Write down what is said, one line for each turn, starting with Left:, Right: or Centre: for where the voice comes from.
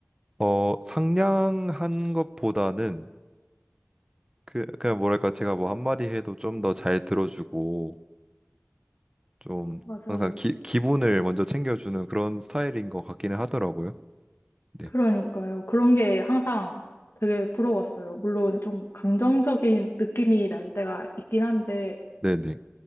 Right: 어, 상냥한 것보다는 그, 그냥 뭐랄까, 제가 뭐 한마디 해도 좀 더 잘 들어주고, 좀
Left: 맞아요.
Right: 항상 기, 기분을 먼저 챙겨주는 그런 스타일인 것 같기는 하더라고요. 네.
Left: 그러니까요. 그런 게 항상 되게 부러웠어요. 물론 좀 감정적인 느낌이 날 때가 있긴 한데,
Right: 네네.